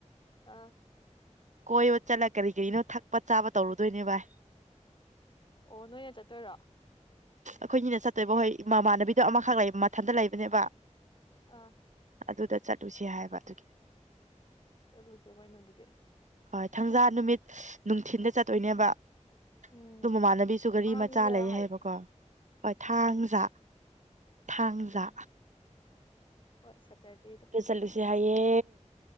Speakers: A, on the left (about 40°); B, on the right (about 75°).
A: ꯑꯥ
B: ꯀꯣꯏꯕ ꯆꯠꯂ ꯀꯔꯤ ꯀꯔꯤꯅꯣ ꯊꯛꯄ ꯆꯥꯕ ꯇꯧꯔꯨꯗꯣꯏꯅꯦ ꯚꯥꯏ꯫
A: ꯑꯣ ꯅꯣꯏꯅ ꯆꯠꯇꯣꯏꯔꯣ?
B: ꯑꯈꯣꯏꯅꯤꯅ ꯆꯠꯇꯣꯏꯕ ꯍꯣꯏ ꯏꯃꯥꯟꯅꯕꯤꯗꯣ ꯑꯃꯈꯛ ꯂꯩ ꯃꯊꯟꯇ ꯂꯩꯕꯅꯦꯕ꯫
A: ꯑꯥ
B: ꯑꯗꯨꯗ ꯆꯠꯂꯨꯁꯤ ꯍꯥꯏꯕ ꯑꯗꯨꯒꯤ
A: ꯆꯠꯂꯨꯆꯣ ꯀꯩꯅꯣ ꯑꯗꯨꯗꯤ
B: ꯍꯣꯏ ꯊꯥꯡꯖꯥ ꯅꯨꯃꯤꯠ ꯅꯨꯡꯊꯤꯟꯗ ꯆꯠꯇꯣꯏꯅꯦꯕ꯫
A: ꯎꯝ
B: ꯑꯗꯨ ꯃꯃꯥꯟꯅꯕꯤꯁꯨ ꯒꯥꯔꯤ
A: ꯊꯥꯡꯖ
B: ꯃꯆꯥ ꯂꯩ
A: ꯍꯥꯏꯌꯣ
B: ꯍꯥꯏꯕꯀꯣ ꯍꯣꯏ ꯊꯥꯡꯖꯥ
A: ꯎꯝ
B: ꯊꯥꯡꯖꯥ
A: ꯎꯝ ꯍꯣꯏ ꯁꯇꯔꯗꯦꯗꯣ
B: ꯆꯠꯂꯨꯁꯤ ꯍꯥꯏꯌꯦ